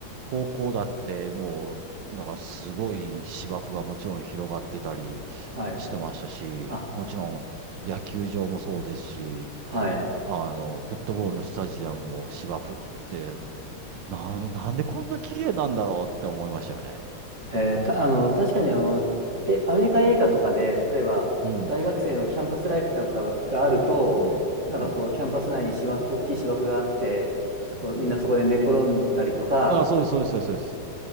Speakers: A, on the right; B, on the right.
A: 高校だって、もう、なんかすごい芝生がもちろん広がってたり
B: はい。
A: してましたし、
B: あ、
A: もちろん野球場もそうですし、
B: はい。
A: あの、フットボールのスタジアムも芝生って、な、なんでこんな綺麗なんだろうって思いましたよね。
B: えーた、あの、確かにあの、え、アメリカ映画とかで、例えば、
A: うん。
B: 大学生のキャンパスライフなんかがあると、
A: うん。
B: なんかこう、
A: うん。
B: キャンパス内に芝生、大きい芝生があって、こうみんなそこで寝転んだりとか、
A: うん。あ、そうです、そうです、そうです。そうです